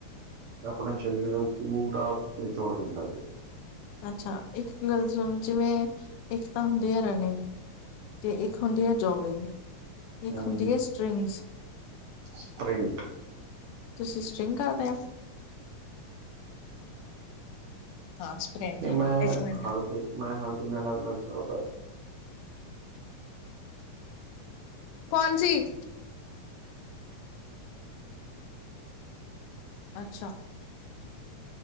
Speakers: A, on the right; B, on the left.
A: ਆਪਣੇ ਸਰੀਰ ਨੂੰ ਪੂਰਾ ਨਿਚੋੜ ਦਿੰਦਾ ਐ ਜੀ
B: ਅੱਛਾ, ਇੱਕ ਗੱਲ ਸੁਣ ਜਿਵੇਂ ਇੱਕ ਤਾਂ ਹੁੰਦੀ ਐ ਰਨਿੰਗ ਤੇ ਇੱਕ ਹੁੰਦੀ ਐ ਜੋਗਿੰਗ
A: ਅ
B: ਇਕ ਹੁੰਦੀ ਏ ਸਟ੍ਰਿੰਗਸ
A: ਸਪ੍ਰਿੰਟ
B: ਤੁਸੀਂ ਸਟਰਿੰਗ ਕਰਦੇ ਆ। ਹਾਂ ਸਪ੍ਰਿੰਟ
A: ਨਈ
B: ਇੱਕ
A: ਮੈਂ
B: ਮਿੰਟ
A: ਹਰ ਦਿਨ ਮੈਂ ਹਰ ਦਿਨ ਅਲਗ-ਅਲਗ ਕਰਦਾ ਜੀ।
B: ਕੌਣ ਸੀ? ਅੱਛਾ!